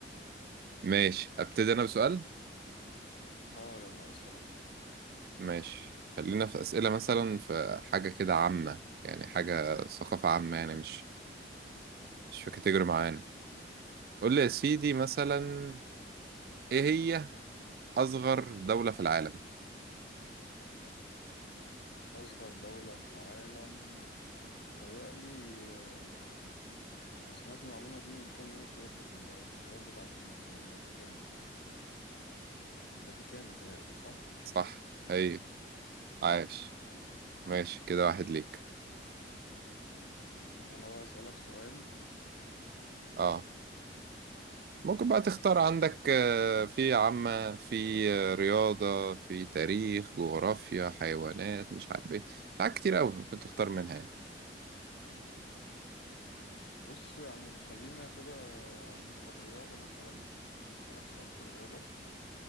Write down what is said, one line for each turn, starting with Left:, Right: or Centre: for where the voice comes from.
Right: ماشي أبتدي أنا بسؤال
Left: آه يلا اسأل أنت
Right: ماشي خلينا في أسئلة مثلا في حاجة كده عامة يعني حاجة ثقافة عامة يعني مش مش في كاتيجوري معينة قول لي يا سيدي مثلا إيه هي أصغر دولة في العالم
Left: أصغر دولة في العالم متهيألي آه، سمعت المعلومة دي من كام يوم كده في الانتخابات بتاعة ال- الفاتيكان الفاتيكان متهيألي صح؟
Right: صح هي عاش ماشي كده واحد ليك
Left: يبقى أنا بقى أسألك سؤال
Right: اه ممكن بقى تختار عندك آه، في عامة في آه، رياضة في تاريخ جغرافيا حيوانات مش عارف ايه حاجات كتير أوي ممكن تختار منها يعني
Left: ماشي بص يعني خلينا كده في الرياضة مثلا هسألك سؤال في الرياضة